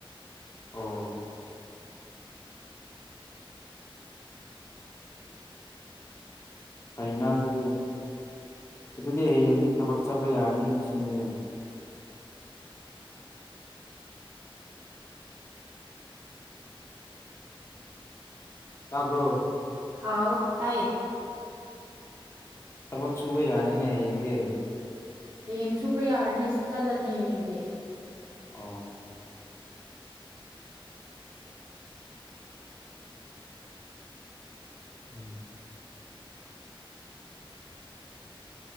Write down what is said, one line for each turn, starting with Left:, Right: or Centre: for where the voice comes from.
Left: ꯑꯣ ꯐꯩꯅ ꯑꯗꯨꯗꯤ ꯑꯗꯨꯗꯤ ꯍꯌꯦꯡꯗꯤ ꯊꯕꯛ ꯆꯠꯄ ꯌꯥꯔꯅꯤ ꯁꯤꯅꯤꯅꯦ ꯇꯥꯕ꯭ꯔꯣ
Right: ꯍꯥꯎ ꯇꯥꯏꯌꯦ
Left: ꯊꯕꯛ ꯁꯨꯕ ꯌꯥꯅꯤꯅꯦ ꯍꯌꯦꯡꯗꯤ
Right: ꯍꯌꯦꯡ ꯁꯨꯕ ꯌꯥꯔꯅꯤ ꯆꯠꯂꯅꯤ ꯍꯌꯦꯡꯗꯤ
Left: ꯑꯣ ꯎꯝ